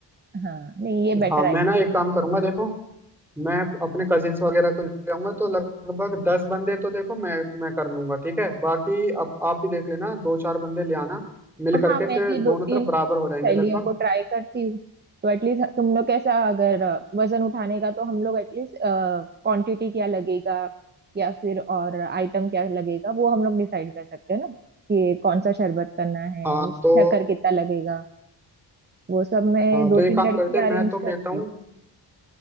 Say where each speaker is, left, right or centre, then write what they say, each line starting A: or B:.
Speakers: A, on the right (about 25°); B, in the centre.
A: हाँ नहीं ये बेटर
B: हाँ मैं ना एक काम करूंगा देखो मैं अपने कजिन्स वगैरह को ले आऊंगा तो लगभग दस बंदे तो देखो मैं मैं कर लूंगा ठीक है बाकी आप आप ही देख लेना दो चार बंदे ले आना मिल
A: हाँ
B: करके
A: मैं
B: फिर
A: भी
B: दोनों
A: दो तीन
B: तरफ बराबर हो जाएंगे
A: शैलियों
B: लगभग
A: को ट्राई करती हूँ तो एटलीस्ट तुम लोग कैसा अगर अ, वजन उठाने का तो हम लोग एटलीस्ट क्वांटिटी क्या लगेगा या फिर और आइटम क्या लगेगा वो हम लोग डिसाइड कर सकते हैं ना कि कौन सा शरबत करना है
B: हाँ
A: शक्कर
B: तो
A: कितना लगेगा वो सब मैं
B: हाँ
A: दो
B: तो ये
A: तीन
B: काम
A: लड़की
B: करते हैं मैं
A: अरेंज
B: तो कहता
A: करती
B: हूँ
A: हूँ